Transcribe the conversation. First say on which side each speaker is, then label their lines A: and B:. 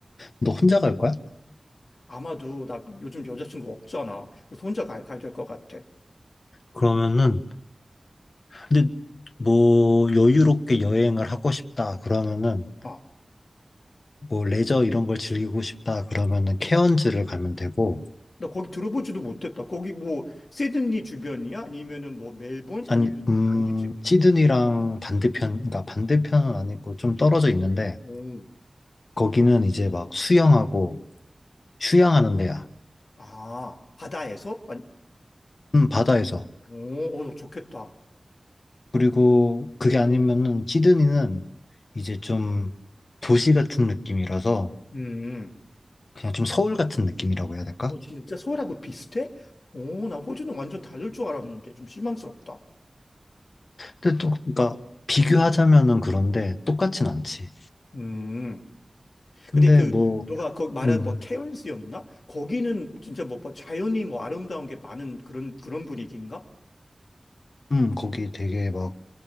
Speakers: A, on the left; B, on the left.
A: 너 혼자 갈 거야?
B: 아마도 나 요즘 여자친구 없잖아. 그래서 혼자 가, 가야 될 것 같아.
A: 그러면은 근데 뭐 여유롭게 여행을 하고 싶다 그러면은
B: 어.
A: 뭐 레저 이런 걸 즐기고 싶다 그러면은 케언즈를 가면 되고
B: 나 거기 들어보지도 못했다. 거기 뭐 시드니 주변이야? 아니면은 뭐 멜본?
A: 아니,
B: 아니면
A: 음,
B: 어디쯤이야?
A: 시드니랑 반대편, 그러니까 반대편은 아니고 좀 떨어져 있는데,
B: 오,
A: 거기는 이제 막 수영하고 휴양하는 데야.
B: 아, 바다에서? 아니,
A: 음, 바다에서.
B: 오, 오, 좋겠다.
A: 그리고 그게 아니면은 시드니는 이제 좀 도시 같은 느낌이라서
B: 음.
A: 그냥 좀 서울 같은 느낌이라고 해야 될까?
B: 어, 진짜 서울하고 비슷해? 오, 나 호주는 완전 다를 줄 알았는데 좀 실망스럽다.
A: 근데 또, 그러니까 비교하자면은 그런데 똑같진 않지.
B: 음.
A: 근데
B: 근데 그
A: 뭐,
B: 너가 거기 말한
A: 음,
B: 뭐 케언스였나? 거기는 진짜 뭐, 뭐 자연이 뭐 아름다운 게 많은 그런 그런 분위기인가?
A: 음, 거기 되게 막